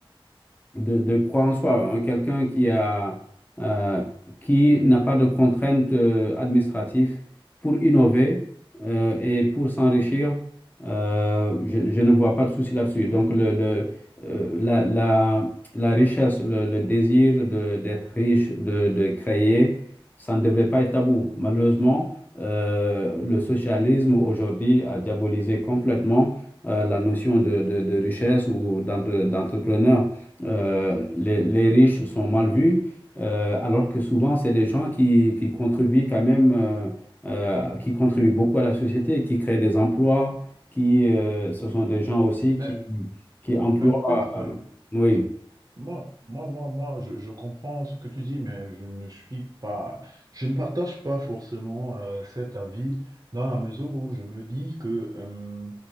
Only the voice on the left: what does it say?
de, de croire en soi. hein, Quelqu'un qui a, euh, qui n'a pas de contraintes euh, administratives pour innover euh, et pour s'enrichir, euh, je, je ne vois pas de souci là-dessus. Donc, le, le, euh, la, la, la richesse, le, le désir de, d'être riche, de, de créer, ça ne devrait pas être tabou. Malheureusement, euh, le socialisme aujourd'hui a diabolisé complètement euh, la notion de, de, de richesse ou d'entre- d'entrepreneur. Euh, les, les riches sont mal vus, euh, alors que souvent, c'est des gens qui, qui contribuent quand même, euh, euh, qui contribuent beaucoup à la société, qui créent des emplois, qui, euh, ce sont des gens aussi
qui, qui emploient.
euh, oui,